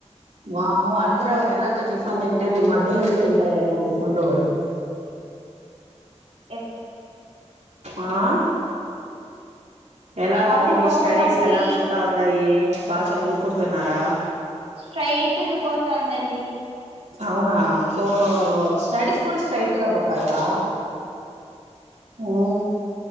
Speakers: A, on the right (about 75°); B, on the right (about 55°).
A: వామ్మో అందరు తెల్లరితే టిఫన్ తింటే మీరు మధ్యాహ్నంలో తింటాలేమో టిఫన్ లో కూడా
B: ఎస్
A: ఆ ఎలా ఉంది
B: అవును
A: మీ స్టడీస్
B: అండి
A: ఎలా పోతా ఉండాయి బాగా చదువుకుంటున్నారా
B: స్ట్రైట్ గ పోతాందండి
A: అవునా ఉ స్టడీస్ కూడా స్ట్రైట్గా పోతాయా ఓ